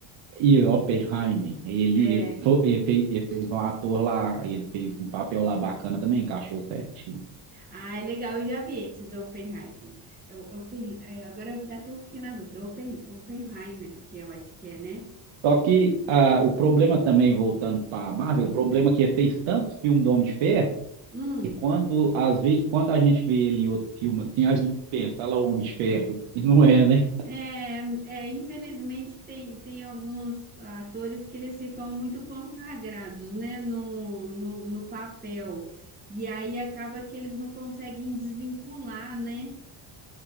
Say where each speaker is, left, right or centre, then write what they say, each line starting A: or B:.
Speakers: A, on the right (about 85°); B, on the right (about 20°).
A: E Oppenheimer, ele,
B: É.
A: ele, que foi, ele, fez, ele fez um ator lá, ele fez um papel lá bacana também, encaixou certinho.
B: Ah, é legal, eu já vi esse do Oppenheimer. É, o- Oppen, é, agora eu até eu fiquei na dúvida. Oppen, Oppenheimer, que eu acho que é, né?
A: Só que ah, o problema também, voltando para Marvel, o problema é que ele fez tanto filme do Homem de Ferro,
B: Hum,
A: que quando, às vezes, quando a gente vê ele em outro filme assim, a gente pensa, olha lá o Homem de Ferro, <laughs> e não é, né?
B: é, é, infelizmente tem, tem alguns atores que eles ficam muito consagrados, né? No, no, no papel. E aí acaba que eles não conseguem desvincular, né?